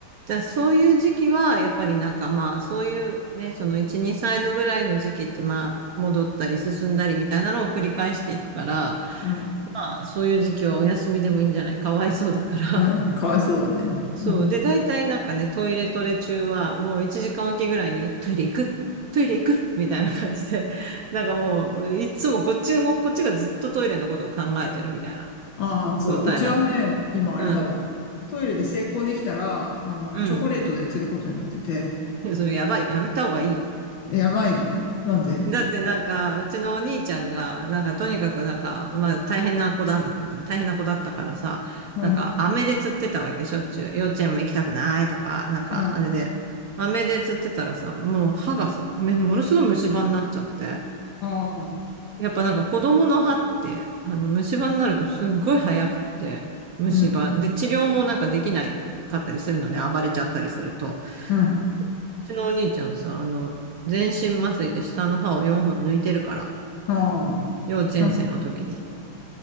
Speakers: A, on the right; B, on the left.
A: じゃあ、そういう時期は、やっぱりなんかまあ、そういうね、その1、2歳のぐらいの時期ってまあ、戻ったり進んだりみたいなのを繰り返していくから、
B: うん、
A: まあ、そういう時期はお休みでもいいんじゃないかわいそうだから。
B: うん、かわいそうだね。
A: <laughs> そう。
B: うん
A: で、大体なんかね、トイレトレ中は、もう1時間おきぐらいに、トイレ行くトイレ行くみたいな感じで、<laughs> なんかもう、いつもこっちも、こっちがずっとトイレのことを考えてるみたいな
B: ああ、
A: 状態だ。
B: そう。うちはね、今あれだわ。
A: うん。
B: トイレで成功できたら、あの、
A: うん。
B: チョコレートで釣ることになってて、
A: いやそれやばい。やめた方がいい
B: やばいよ。なんで
A: だってなんか、うちのお兄ちゃんが、なんかとにかくなんか、まあ大変な子なんだけどね、大変な子だったからさ、
B: うん、
A: なんか飴で釣ってたわけ、しょっちゅう。幼稚園も行きたくないとか、なんかあれで、
B: うん、あ
A: 飴で釣ってたらさ、もう歯がさ、めものすごい虫歯になっちゃって。
B: あ、
A: やっぱなんか子供の歯って、あの虫歯になるとすっごい早くって、虫歯。
B: うん、
A: で、治療もなんかできないかったりするのね、暴れちゃったりすると。
B: うん、
A: うちのお兄ちゃんさ、あの、全身麻酔で下の歯を4本抜いてるから、
B: ああ。
A: 幼稚園生の時に。
B: な、